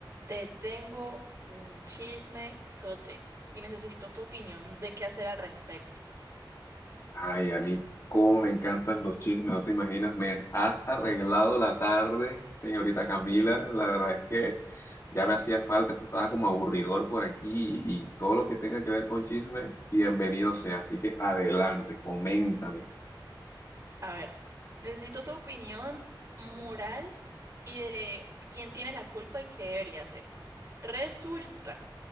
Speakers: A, on the right; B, on the left.
A: Te tengo un chisme sote y necesito tu opinión de qué hacer al respecto.
B: Ay, a mí cómo me encantan los chismes, no te imaginas, me has arreglado la tarde, señorita Camila. La verdad es que ya me hacía falta, esto estaba como aburridor por aquí y, y todo lo que tenga que ver con chisme, bienvenido sea. Así que adelante, coméntame.
A: A ver, necesito tu opinión moral y de quién tiene la culpa y qué debería hacer. Resulta